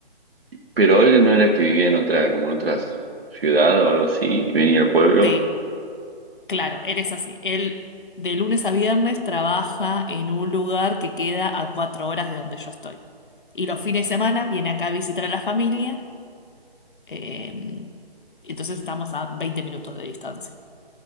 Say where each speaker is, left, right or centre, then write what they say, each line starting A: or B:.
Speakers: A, on the right; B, on the left.
A: Pero él no era que vivía en otra, como en otra ciudad o algo así, y venía al pueblo.
B: Sí. Claro, él es así. Él de lunes a viernes trabaja en un lugar que queda a cuatro horas de donde yo estoy. Y los fines de semana viene acá a visitar a la familia. eh, entonces estamos a 20 minutos de distancia.